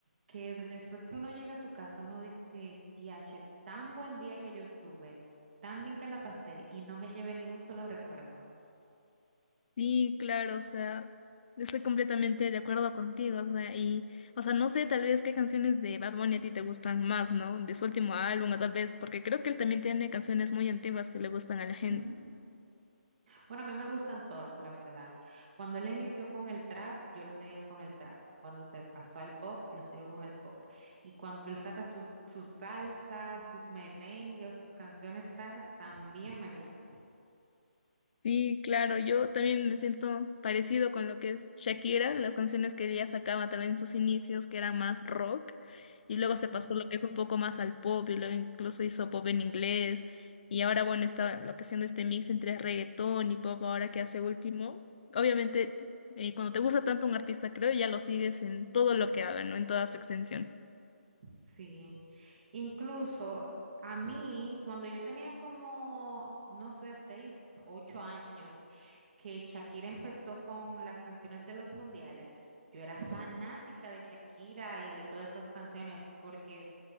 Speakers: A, on the right; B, on the left.
A: que después que uno llega a su casa, uno dice, tiache, tan buen día que yo tuve, tan bien que la pasé y no me llevé ni un solo recuerdo.
B: Sí, claro, o sea, yo estoy completamente de acuerdo contigo, o sea, y, o sea, no sé tal vez qué canciones de Bad Bunny a ti te gustan más, ¿no? De su último álbum, o tal vez, porque creo que él también tiene canciones muy antiguas que le gustan a la gente.
A: Ujú. Bueno, a mí me gustan todas, la verdad. Cuando él inició con el trap, yo lo seguía con el trap. Cuando se pasó al pop, lo sigo con el pop. Y cuando él saca sus sus salsas, sus merengues o sus canciones raras, también me gusta.
B: Sí, claro, yo también me siento parecido con lo que es Shakira, de las canciones que ella sacaba también en sus inicios, que era más rock, y luego se pasó
A: Ujú.
B: lo que es un poco más al pop, y luego incluso hizo pop en inglés, y ahora bueno, está lo que haciendo este mix entre reggaetón y pop ahora que hace último. Obviamente, eh, cuando te gusta tanto un artista, creo, ya lo sigues en todo lo que haga, ¿no? En toda su extensión.
A: Sí, incluso a mí, cuando yo tenía como, no sé, seis, ocho años, que Shakira empezó con las canciones de los mundiales, yo era fanática de Shakira y de todas esas canciones, porque